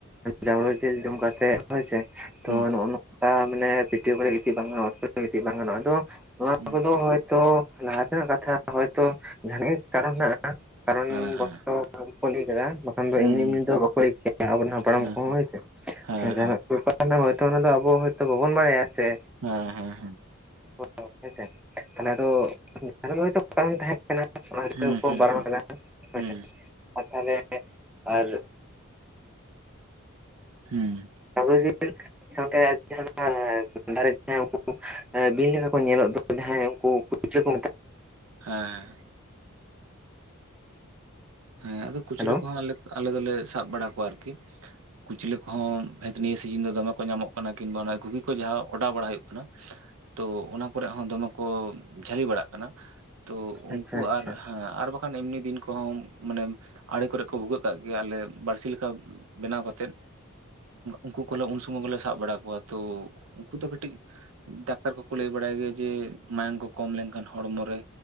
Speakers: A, in the centre; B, on the right (about 80°).
A: ᱡᱟᱸᱢᱵᱽᱲᱳ ᱡᱤᱞ ᱡᱚᱢ ᱠᱟᱛᱮᱫ ᱦᱳᱭ ᱥᱮ ᱛᱚ
B: ᱦᱩᱸ
A: ᱱᱚᱭᱼᱱᱚᱜ ᱵᱟᱝ ᱢᱟᱱᱮ ᱯᱤᱴᱭᱳ ᱠᱚᱨᱮ ᱜᱤᱛᱤᱡ ᱵᱟᱝ ᱜᱟᱱᱚᱜ-ᱟ ᱚᱛ ᱠᱚᱨᱮ ᱜᱤᱛᱤᱡ ᱵᱟᱝ ᱜᱟᱱᱚᱜ-ᱟ ᱟᱫᱚ ᱱᱚᱣᱟ
B: ᱦᱩᱸ
A: ᱠᱚᱫᱚ ᱦᱚᱭ ᱛᱚ ᱞᱟᱦᱟ ᱛᱮᱱᱟᱜ ᱠᱟᱛᱷᱟ ᱦᱚᱭᱛᱚ ᱡᱟᱦᱟᱸ ᱜᱮᱦ-ᱟᱜ ᱠᱟᱨᱚᱱ ᱢᱮᱱᱟᱜ-ᱟ ᱦᱟᱸᱜ ᱠᱟᱨᱚᱱ
B: ᱦᱮᱸ
A: ᱵᱚᱥᱚ
B: ᱦᱮᱸ
A: ᱛᱚ <unintelligible> ᱜᱮ ᱵᱟᱠᱷᱟᱱ ᱫᱚ
B: ᱦᱩᱸ
A: ᱮᱢᱱᱤ ᱮᱢᱱᱤ ᱫᱚ ᱵᱟᱠᱚ ᱞᱟᱹᱭ ᱠᱮᱭᱟ ᱟᱵᱚᱨᱮᱱ ᱦᱟᱯᱲᱟᱢ
B: ᱦᱮᱸ
A: ᱠᱚᱦᱚᱸ ᱦᱳᱭᱥᱮ᱾
B: ᱦᱮᱸ
A: ᱡᱟᱦᱟᱱᱟᱜ
B: ᱦᱮᱸ
A: ᱵᱮᱯᱟᱨ ᱫᱚ ᱦᱚᱭᱛᱚ ᱚᱱᱟ ᱫᱚ ᱟᱵᱚ ᱦᱚᱭᱛᱳ ᱵᱟᱵᱚᱱ ᱵᱟᱲᱟᱭᱟ ᱥᱮ
B: ᱦᱮᱸ ᱦᱮᱸ ᱦᱮᱸ
A: ᱦᱚᱭ ᱛᱚ ᱦᱮᱸᱥᱮ ᱛᱟᱦᱚᱞᱮ ᱟᱫᱚ ᱠᱟᱨᱚᱱ ᱦᱚᱭ ᱛᱚ ᱵᱟᱝ ᱛᱟᱦᱮᱸ ᱠᱟᱱᱟ ᱚᱱᱟ
B: ᱦᱩᱸ
A: ᱛᱮᱠᱚ
B: ᱦᱩᱸ
A: ᱵᱟᱨᱚᱱ ᱟᱠᱟᱫᱟ᱾
B: ᱦᱩᱸ
A: ᱟᱪᱪᱷᱟ ᱟᱪᱪᱷᱟ ᱟᱨ ᱛᱟᱦᱚᱞᱮ ᱟᱨ
B: ᱦᱮᱸ
A: <unintelligible> ᱥᱟᱶᱛᱮ ᱡᱟᱦᱟᱸ <unintelligible> <unintelligible> ᱮᱸ ᱵᱤᱧ ᱞᱮᱠᱟ ᱠᱚ ᱧᱮᱞᱚᱜ ᱫᱚ ᱡᱟᱦᱟᱸᱭ ᱩᱱᱠᱩ ᱠᱩᱪᱞᱟᱹ ᱠᱚ ᱢᱮᱛᱟ
B: ᱦᱮᱸ ᱦᱮᱸ ᱟᱫᱚ ᱠᱩᱪᱞᱟᱹ
A: ᱦᱮᱞᱳ
B: ᱠᱚᱦᱚᱸ ᱟᱞᱮ ᱫᱚᱞᱮ ᱥᱟᱵ ᱵᱟᱲᱟ ᱠᱚᱣᱟ ᱟᱨᱠᱤ᱾ ᱠᱩᱪᱞᱟᱹ ᱠᱚᱦᱚᱸ ᱦᱮᱸ ᱱᱤᱛ ᱱᱤᱭᱟᱹ ᱥᱤᱡᱟᱹᱱ ᱫᱚ ᱫᱚᱢᱮ ᱠᱚ ᱧᱟᱢᱚᱜ ᱠᱟᱱᱟ ᱠᱤᱝᱵᱟᱚ ᱚᱱᱟ ᱜᱷᱩᱜᱤ ᱠᱚ ᱡᱟᱦᱟᱸ ᱚᱰᱟᱣ ᱵᱟᱲᱟᱭ ᱦᱩᱭᱩᱜ ᱠᱟᱱᱟ ᱛᱚ ᱚᱱᱟ ᱠᱚᱨᱮ ᱦᱚᱸ ᱫᱚᱢᱮ ᱠᱚ ᱡᱷᱟᱹᱞᱤ ᱵᱟᱲᱟᱜ ᱠᱟᱱᱟ᱾ ᱛᱚ ᱩᱱᱠᱩ
A: ᱟᱪᱪᱷᱟ ᱟᱪᱪᱷᱟ
B: ᱟᱨ ᱦᱮᱸ ᱟᱨ ᱵᱟᱠᱷᱟᱱ ᱮᱢᱱᱤ ᱫᱤᱱ ᱠᱚᱦᱚᱸ ᱢᱟᱱᱮ ᱟᱲᱮ ᱠᱚᱨᱮ ᱠᱚ ᱵᱷᱩᱜᱟᱹᱜ ᱠᱟᱜ ᱜᱮᱭᱟ ᱟᱞᱮ ᱵᱟᱹᱲᱥᱤ ᱞᱮᱠᱟ ᱵᱮᱱᱟᱣ ᱠᱟᱛᱮ ᱩᱱᱠᱩ ᱠᱚᱞᱮ ᱩᱱ ᱥᱩᱢᱟᱹᱭ ᱜᱮᱞᱮ ᱥᱟᱵ ᱵᱟᱲᱟ ᱠᱚᱣᱟ ᱛᱚ ᱩᱱᱠᱩ ᱫᱚ ᱠᱟᱹᱴᱤᱡ ᱠᱟᱹᱴᱤᱡ ᱰᱟᱠᱛᱟᱨ ᱠᱚᱠᱚ ᱞᱟᱹᱭ ᱵᱟᱲᱟᱭ ᱜᱮᱭᱟ ᱡᱮ ᱢᱟᱭᱟᱝ ᱠᱚ ᱠᱚᱢ ᱞᱮᱱᱠᱷᱟᱱ ᱦᱚᱲᱢᱚ ᱨᱮ